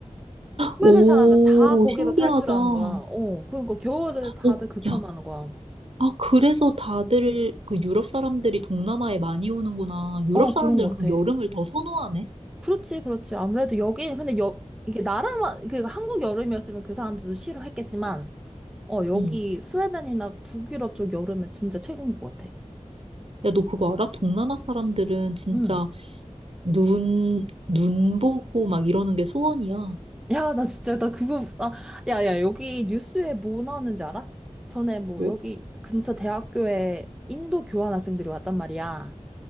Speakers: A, in the centre; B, on the right (about 50°).
A: 스웨덴
B: 오,
A: 사람들 다 거기로
B: 신기하다.
A: 탈출하는
B: 아,
A: 거야. 어, 그러니까 겨울을 다들
B: 오,
A: 극혐하는
B: 야.
A: 거야.
B: 아, 그래서 다들 그 유럽 사람들이 동남아에 많이 오는구나. 유럽
A: 어,
B: 사람들은
A: 그런 것
B: 그럼
A: 같아.
B: 여름을 더 선호하네?
A: 그렇지, 그렇지. 아무래도 여기, 근데 여, 이게 나라만, 그 한국 여름이었으면 그 사람들도 싫어했겠지만, 어, 여기
B: 응.
A: 스웨덴이나 북유럽 쪽 여름은 진짜 최고인 것 같아.
B: 야, 너 그거 알아? 동남아 사람들은 진짜
A: 응.
B: 눈, 눈 보고 막 이러는 게 소원이야.
A: 야, 나 진짜, 나 그거, 아, 야, 야, 여기 뉴스에 뭐 나왔는지 알아? 전에 뭐
B: 뭐?
A: 여기 근처 대학교에 인도 교환 학생들이 왔단 말이야.